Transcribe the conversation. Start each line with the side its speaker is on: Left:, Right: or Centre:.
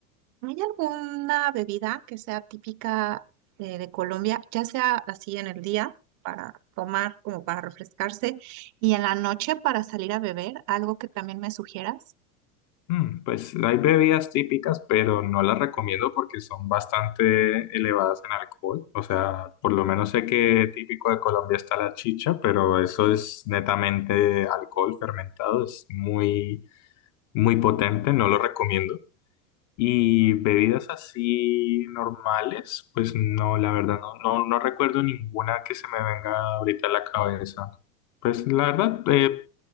Right: ¿hay alguna bebida que sea típica eh, de Colombia, ya sea así en el día para tomar, como para refrescarse, y en la noche para salir a beber? ¿Algo que también me sugieras?
Left: Mm, Pues hay bebidas típicas, pero no las recomiendo porque son bastante elevadas en alcohol. O sea, por lo menos sé que típico de Colombia está la chicha, pero eso es netamente alcohol fermentado, es muy, muy potente, no lo recomiendo. Y bebidas así normales, pues no, la verdad, no, no, no recuerdo ninguna que se me venga ahorita a la cabeza. Pues la verdad, eh,